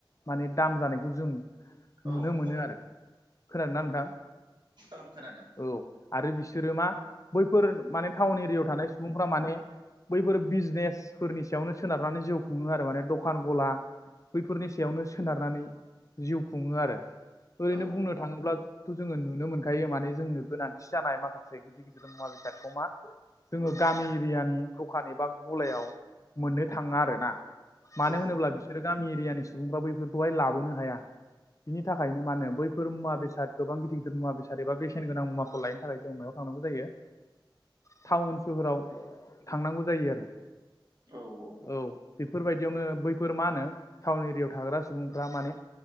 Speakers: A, on the left; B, on the right.
A: माने दाम जानायखौ जों
B: ओं
A: नुनो
B: ओं
A: मोनो आरो। खोनादोंना नोंथां?
B: ओं खोनादों।
A: औ आरो बिसोरो मा बैफोर माने टाउन एरियायाव थानाय सुबुं फोरा माने बैफोर बिजनेसफोरनि सायावनो सोनारनानै जिउ खुङो आरो माने दखान गला बैफोरनि सायावनो सोनारनानै जिउ खुङो आरो ओरैनो
B: औ
A: बुंनो थाङोब्लाथ' जोङो नुनो मोनखायो माने जोंनो गोनांथि जानाय माखासे गिदिर गिदिर मुवा बेसादखौ मा जोङो गामि एरियानि दखान एबा गलायाव मोननो थाङा आरो ना। मानो
B: औ
A: होनोब्ला बिसोरो गामि एरियानि सुबुंफ्रा बैफोरखौहाय लाबोनो हाया। बिनि थाखायनो मानो बैफोर मुवा बेसाद गोबां गिदिर मुवा बेसाद बा बेसेन गोनां मुवाखौ लायनो थाखाय जों मायाव थांनांगौ जायो टाउन सोहोराव थांनांगौ जायो आरो।
B: औ औ
A: औ बेफोरबायदियावनो बैफोर मा होनो टाउन एरियायाव थाग्रा सुबुंफ्रा माने